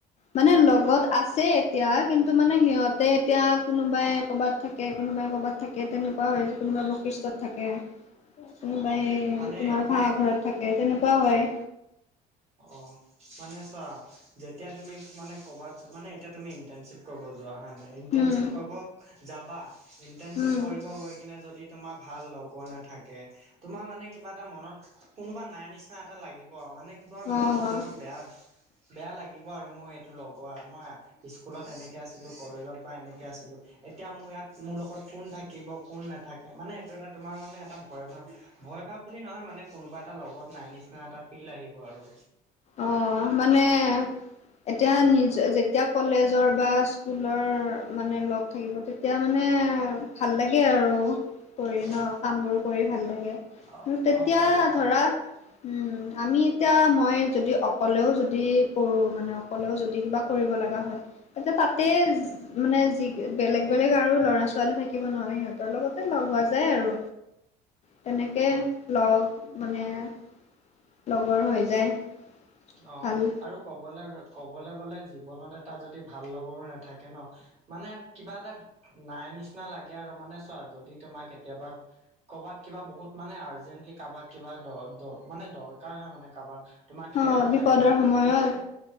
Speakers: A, on the left; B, on the right.
A: মানে লগত আছে এতিয়া কিন্তু মানে সিহঁতে এতিয়া কোনোবাই কৰ'বাত থাকে, কোনোবাই কৰ'বাত থাকে। তাকে তেনেকুৱা হয় যে কোনোবা বশিষ্টত থাকে। কোনোবাই
B: অ',
A: হে
B: মানে
A: তোমাৰ ভাড়া ঘৰত থাকে তেনেকুৱাও হয়।
B: অ মানে চোৱা যেতিয়া তুমি মানে কবাত মানে এতিয়া তুমি ইণ্টাৰ্নশ্বিপ কৰিব যোৱা হা- ইণ্টাৰ্ণশ্বিপ
A: উম
B: কৰিব যাবা, ইণ্টাৰ্ণশ্বিপ
A: উম
B: কৰিব গৈ কিনে যদি- তোমাৰ ভাল লগৰ নাথাকে। তোমাৰ মানে কিবা এটা মনত কোনোবা নাই নিচিনা এটা লাগিব আৰু মানে- কিবা মনত
A: অ
B: তেওঁ বেয়া বেয়া লাগিব আৰু মোৰ এইটো লগৰ মই- স্কুলত এনেকে আছিলো, কলেজত বা এনেকে আছিলোঁ। এতিয়া মোৰ ইয়াত মোৰ লগত কোন থাকিব, কোন নাথাকে মানে এইটো এটা তোমাৰ মানে এটা ভয় ভাৱ, - ভয় ভাব বুলি নহয় মানে কোনোবা এটা লগত নাই নিচিনা এটা ফিল আহিব আৰু।
A: অঁ, মানে- এতিয়া নিজ যেতিয়া কলেজৰ বা স্কুলৰ মানে লগ থাকিব - তেতিয়া মানে ভাল লাগে আৰু কৰি
B: অ',
A: ন, কামবোৰ কৰি ভাল লাগে।
B: অ',
A: তেতিয়া
B: অ', ভাল ল
A: ধৰা উম, আমি এতিয়া মই- যদি অকলেও যদি কৰোঁ মানে অকলেও যদি কিবা কৰিব লগা হয়। এতিয়া তাতে- মানে যি বেলেগ বেলেগ আৰু ল'ৰা ছোৱালী থাকিব নহয়, সিহঁতৰ লগতে লগ হোৱা যায় আৰু। তেনেকে
B: অ',
A: লগ মানে- লগৰ হৈ যায়।
B: অঁ
A: ভাল
B: আৰু ক'বলে ক'বলে গ'লে জীৱনত এটা যদি ভাল লগৰো নাথাকে ন- মানে কিবা এটা নাই নিচিনা লাগে আৰু মানে চোৱা যদি তোমাৰ কেতিয়াবা- কৰ'বাত কিবা বহুত মানে আৰ্জেন্টলি কাৰ বাক কিবা দ দ মানে দৰকাৰ হয় মানে কাৰ বাক তোমাক
A: অ',
B: হেল্প
A: বিপদৰ
B: লাগে
A: সময়ত
B: তেতিয়া